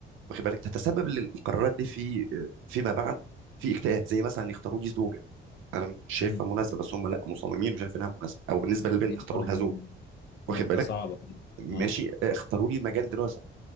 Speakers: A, on the right; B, on the left.
A: واخد بالك تتسبب لل- القرارات دي في فيما بعد في اكتئاب زي مثلا يختاروا لي زوجه انا مش شايفها
B: مم.
A: مناسبه بس هم لا مصممين وشايف انها مناسبه او بالنسبه للبنت
B: دي
A: اختاروا
B: برضو
A: لها زوج واخد
B: نقطة
A: بالك
B: صعبة
A: ماشي
B: اه
A: اختاروا لي مجال دراسه